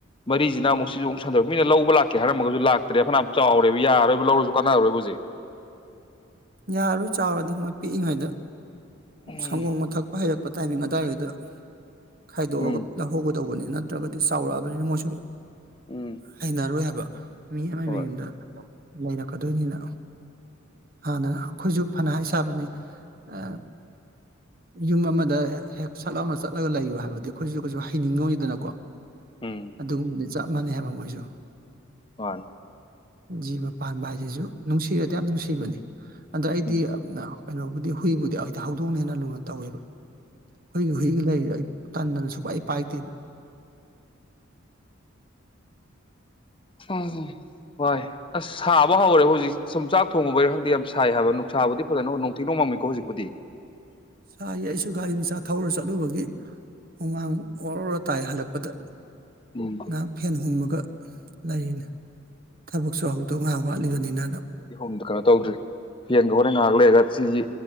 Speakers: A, on the left; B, on the right.
A: ꯃꯔꯤꯖꯤꯅ ꯑꯃꯨꯛ ꯁꯤꯖꯨ ꯑꯃꯨꯛ ꯁꯟꯗꯣꯔꯛ ꯃꯤꯅ ꯂꯧꯕ ꯂꯥꯛꯀꯦ ꯍꯥꯏꯔꯝꯃꯒꯁꯨ ꯂꯥꯛꯇ꯭ꯔꯦ ꯐꯅꯌꯥꯝ ꯆꯥꯎꯔꯦꯕ ꯌꯥꯔꯣꯏꯕ ꯂꯧꯔꯖꯨ ꯀꯥꯟꯅꯔꯣꯏꯕ ꯍꯧꯖꯤꯛ
B: ꯌꯥꯔꯣꯏ ꯆꯥꯎꯔꯗꯤ ꯃꯣꯏ ꯄꯤꯛꯏꯉꯩꯗ
A: ꯎꯝ
B: ꯁꯪꯒꯣꯝ ꯒ ꯊꯛꯄ ꯍꯩꯔꯛꯄ ꯇꯥꯏꯃꯤꯡ ꯑꯗꯥꯏꯗꯨꯗ ꯈꯥꯏꯗꯣꯛꯑꯒ
A: ꯎꯝ
B: ꯂꯍꯧꯒ ꯇꯧꯕꯅꯤ ꯅꯠꯇ꯭ꯔꯒꯗꯤ ꯆꯥꯎꯔꯛꯑꯕꯅꯤꯅ ꯃꯣꯏꯁꯨ
A: ꯎꯝ
B: ꯍꯩꯅꯔꯣꯏ ꯍꯥꯏꯕ ꯃꯤ ꯑꯃꯩ
A: ꯍꯣꯏ
B: ꯃꯌꯨꯝꯗ ꯂꯩꯔꯛꯀꯗꯣꯏꯅꯤꯅ ꯍꯥꯟꯅ ꯈꯣꯏꯖꯨ ꯐꯅ ꯍꯥꯏ ꯁꯥꯕꯅꯤ ꯑ ꯌꯨꯝ ꯑꯃꯗ ꯍꯦꯛ ꯁꯠ ꯂꯥꯎꯅ ꯆꯠꯂꯒ ꯂꯩꯌꯨ ꯍꯥꯏꯕꯗꯤ ꯈꯣꯏꯖꯨ ꯀꯩꯁꯨ ꯍꯩꯅꯤꯡꯉꯣꯏꯗꯅꯀꯣ
A: ꯎꯝ
B: ꯑꯗꯨꯒꯨꯝꯕꯗꯤ ꯆꯞ ꯃꯥꯟꯅꯩ ꯍꯥꯏꯕ ꯃꯣꯏꯖꯨ
A: ꯃꯥꯟꯅꯤ
B: ꯖꯤꯕ ꯄꯥꯟꯕ ꯍꯥꯏꯖꯤꯖꯩ ꯅꯨꯡꯁꯤꯔꯗꯤ ꯌꯥꯝ ꯅꯨꯡꯁꯤꯕꯅꯤ ꯑꯗ ꯑꯩꯗꯤ
A: ꯎꯝ
B: ꯌꯝꯟ ꯀꯩꯅꯣꯕꯨꯗꯤ ꯍꯨꯏꯕꯨꯗꯤ ꯑꯩꯗꯤ ꯍꯧꯗꯣꯡꯅ ꯍꯦꯟꯅ ꯂꯨꯅ ꯇꯧꯋꯦꯕ ꯈꯣꯏꯒꯤ ꯍꯨꯏꯒ ꯂꯩꯔꯤꯗꯣ ꯑꯩ ꯇꯟꯗꯅ ꯁꯨꯛ ꯄꯥꯏ ꯄꯥꯏꯗꯦꯕ
A: ꯎꯝ ꯍꯣꯏ ꯑꯁ ꯁꯥꯕ ꯍꯧꯔꯦ ꯍꯧꯖꯤꯛ ꯁꯨꯝ ꯆꯥꯛ ꯊꯣꯡꯉꯨꯕꯩꯔ ꯈꯪꯗꯦ ꯌꯥꯝ ꯁꯥꯏ ꯍꯥꯏꯕ ꯅꯨꯡꯁꯥꯕꯨꯗꯤ ꯐꯖꯅ ꯅꯣꯡꯊꯤ ꯅꯣꯡꯃꯝꯃꯤꯀꯣ ꯍꯧꯖꯤꯛꯄꯨꯗꯤ
B: ꯁꯥꯥꯏ ꯑꯩꯁꯨ ꯒꯥꯔꯤ ꯃꯆꯥ ꯊꯧꯔ ꯆꯠꯂꯨꯕꯒꯤ ꯍꯨꯃꯥꯡ ꯑꯣꯔꯣꯔꯣ ꯇꯥꯏ ꯍꯜꯂꯛꯄꯗ
A: ꯑꯩꯗꯤ
B: ꯉꯍꯥꯛ ꯐꯦꯟ ꯍꯨꯝꯃꯒ ꯂꯩꯔꯤꯅꯦ ꯊꯕꯛꯁꯨ ꯍꯧꯗꯧ ꯉꯍꯥꯛ ꯋꯥꯠꯂꯤꯕꯅꯤꯅ
A: ꯍꯨꯝ ꯀꯅꯣ ꯇꯧꯗ꯭ꯔꯤ ꯐꯦꯟꯗꯣ ꯍꯣꯔꯦꯟ ꯉꯍꯥꯛ ꯂꯩꯔꯒ ꯁꯤꯒꯤ